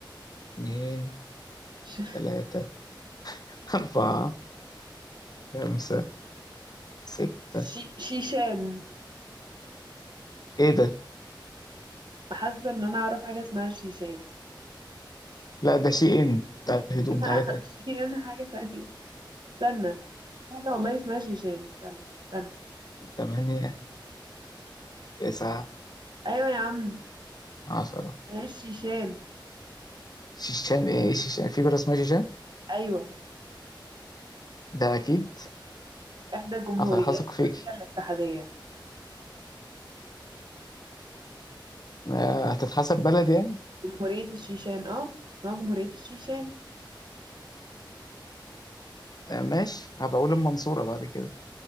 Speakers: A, on the left (about 50°); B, on the right (about 60°).
A: اتنين
B: ش-
A: تلاتة أربعة خمسة ستة
B: شي- شيشان
A: ايه ده
B: حاسة ان انا اعرف حاجة اسمها شيشان
A: لا ده شيء بتاع الهدوم ده
B: <laughs>
A: حاجة
B: شيشان حاجة تانية استنى في حاجة والله اسمها شيشان استنى استنى
A: تمانية تسعة
B: ايوه يا عم
A: عشرة
B: هي الشيشان
A: شيشان ايه إيه شيشان في بلد اسمها شيشان
B: ايوه
A: ده اكيد
B: احدى جمهوريات
A: أصل هثق فيكي
B: روسيا الاتحادية
A: ما هتتحسب بلد يعني
B: جمهورية الشيشان اه اسمها جمهورية الشيشان
A: آه، ماشي هبقى اقول المنصورة بعد كده